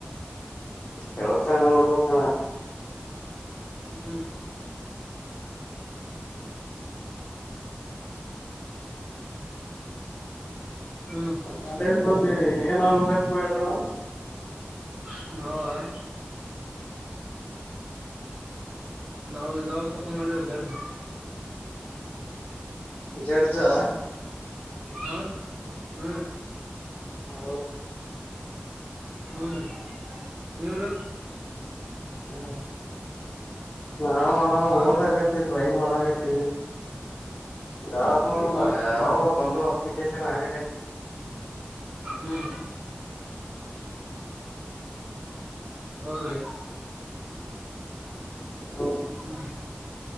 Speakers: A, on the left; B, on the right.
A: ಯಾವದಸ ನೋಡ್ಬೇಕಣ
B: ಹಾ ಹ್ಮ್
A: ಕಾಲೇಜ ಹೋದಿ ಏನಗತ್ ಮಾಡ್ರೋಣ
B: ಹ ನಾವು ಇದಾವ ಕ ಮಾಡ ಜರ್ದ
A: ಜಡ್ಜಾ
B: ಹಾ ಹ್ಮ್
A: ಹಾ
B: ಹ್ಮ್ ನೀವ್ರ
A: ಹ ನಾವ ಹಣ
B: ಹಾ
A: ಹೋದಾಗತ್ತ ಟ್ರೈ ಮಾಡತ್ತೆ ಯಾ ತ
B: ಹ್ಮ್
A: ಯ ಬಂದು ಲಿಕೇಶ ಆಗ
B: ಹ್ಮ್ ಹೌದ್ರಿ
A: ಊಟ
B: ಹ್ಮ್